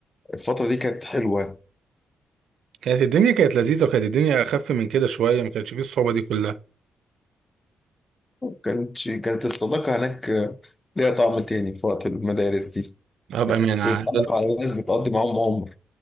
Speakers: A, on the left (about 20°); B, on the right (about 80°).
A: الفتره دي كانت حلوه
B: كانت الدنيا كانت لذيذه وكانت الدنيا اخف من كده شويه ما كانش فيه الصعوبه دي كلها
A: كانت كانت الصداقه هناك ليها طعم تاني في وقت المدارس دي
B: اه بامانه
A: تتعرف على ناس بتقضي معاهم عمر